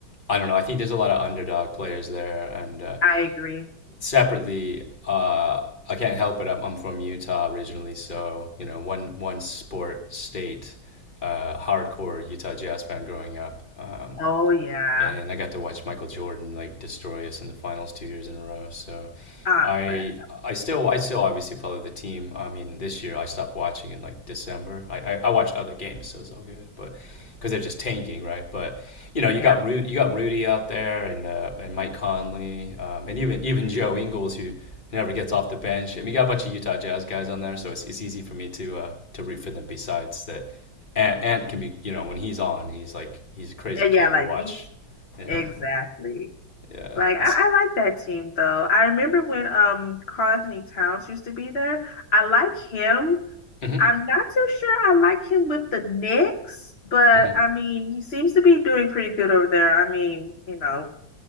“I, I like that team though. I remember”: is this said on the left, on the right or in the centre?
Left